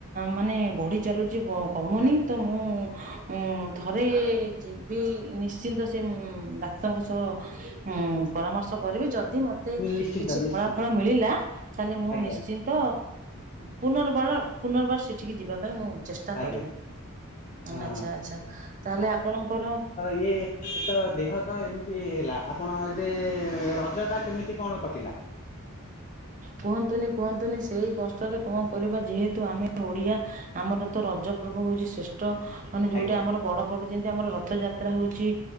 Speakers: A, on the right; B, on the left.
A: ମାନେ ବଢି ଚାଲୁଛି କମୁନି
B: ଆଜ୍ଞା
A: ତ ମୁଁ
B: ଆଜ୍ଞା।
A: ଉଁ ଥରେ ଯିବି ନିଶ୍ଚିନ୍ତ ସେ ଡ଼ାକ୍ତରଙ୍କ ସହ ହଁ ପରାମର୍ଶ କରିବି ଯଦି ମତେ
B: ନିଶ୍ଚିନ୍ତ
A: କିଛି
B: ନିଶ୍ଚିନ୍ତ
A: ଫଳାଫଳ ମିଳିଲା ତାହେଲେ ମୁଁ
B: ଆଜ୍ଞା
A: ନିଶ୍ଚି ତ ପୁନର୍ବାର ପୁନର୍ବାର ସେଠିକି ଯିବା ପାଇଁ ମୁଁ ଚେଷ୍ଟା
B: ଆଜ୍ଞା
A: କରିବି
B: ହଁ
A: ଆଚ୍ଛା ଆଚ୍ଛା ତାହେଲେ ଆପଣଙ୍କର
B: ଇଏ ତ ଦେହ ତ ଏମିତି ହେ ହେଲା ଆପଣ ଏବେ ରଜ ଟା କେମିତି କଣ କଟିଲା?
A: କୁହନ୍ତୁନି କୁହନ୍ତୁନି ସେଇ କଷ୍ଟରେ କଁ କରିବା ଯେହେତୁ ଆମେ ଓଡିଆ ଆମର ତ ରଜ ପର୍ବ ହଉଛି ଶ୍ରେଷ୍ ଟ ମାନେ ଯୋଉଟା
B: ଆଜ୍ଞା
A: ଆମର ବଡ ପର୍ବ ଯେମିତି ଆମର ରଥଯାତ୍ରା ହଉଛି